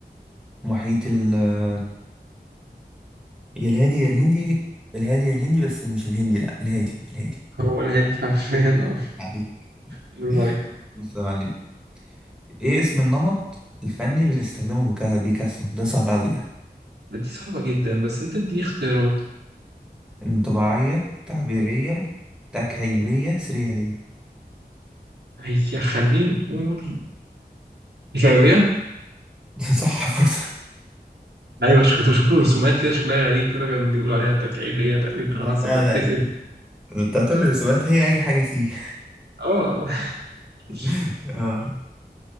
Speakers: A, in the centre; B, on the right.
A: محيط ال آه، يا الهادي يا الهندي الهادي يا الهندي بس مش الهندي لا الهادي الهادي
B: هو الهادي حرفيا <laughs> اه
A: بعدين
B: برافو
A: <laughs>
B: عليك
A: بص يا معلم ايه اسم النمط الفني اللي استخدمه بيكا- بيكاسو ده صعب قوي
B: دي صعبة جدا بس انت اديني اختيارات
A: انطباعية تعبيرية تكعيبية سريالية
B: هي خلينا نقول الكعبية
A: <laughs> صح برضه
B: ايوه ش- كنت بشوف له رسومات كده شكلها غريب كده كان بيقول عليها تكعيبية تقريبا
A: لا
B: على حسب
A: لا
B: ما افتكر
A: لا انت هتقول لي رسومات هي اي حاجة سي
B: اه
A: <laughs>
B: <laughs>
A: اه